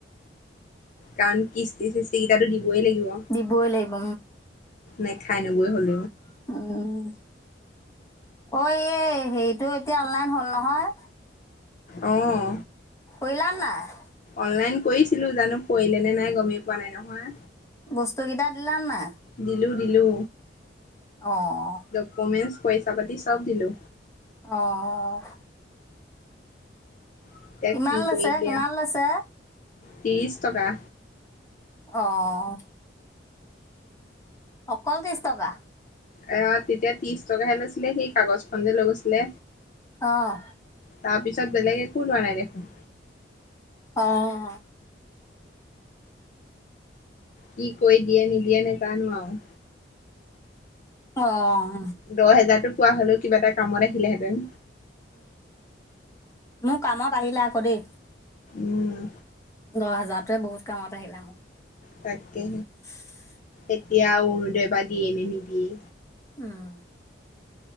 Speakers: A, on the left; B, on the left.
A: কাৰণ কিস্তি চিস্তি কেইটাটো দিবই লাগিব।
B: দিবই লাগিব
A: নে খাই নবৈ হলোও
B: হ'ম। অ' এই হেৰিতটো এতিয়া অনলাইন হ'ল নহয়।
A: অহ।
B: কৰিলা না নাই?
A: অনলাইন কৰিছিলো জানো পঢ়িলে নে নাই গমেই পোৱা নাই নহয়।
B: বস্তু কেইটা দিলান নাই?
A: দিলু দিলু
B: অঁ
A: ডকুমেণ্ট পইচা পাতি চব দিলো।
B: অ'
A: এতিয়া
B: কিমান
A: কি কৰি
B: লৈছে,
A: দিয়ে
B: কিমান লৈছে?
A: ত্ৰিশ টকা।
B: অ' অকল এিছ টকা?
A: অ' তেতিয়া ত্ৰিশ টকাহে লৈছিলে সেই কাগজ খন যে লৈ গৈছিলে
B: অঁ
A: তাৰপিছত বেলেগে একো লোৱা নাই দেখোন।
B: অঁ
A: কি কৈ দিয়ে নিদিয়ে নে জানো আৰু।
B: অ'
A: দহ হেজাৰতো পোৱা হলেও কিবা এটা কামত আহিলেহেঁতেন।
B: মোৰ কামত আহিলে আকৌ দেই
A: উম।
B: দহ হাজাৰটোৱে বহুত কামত চাহিল ম
A: তাকে
B: <inaudible>
A: এতিয়া অৰুনউদৈ বা দিয়ে নে নিদিয়ে।
B: উম।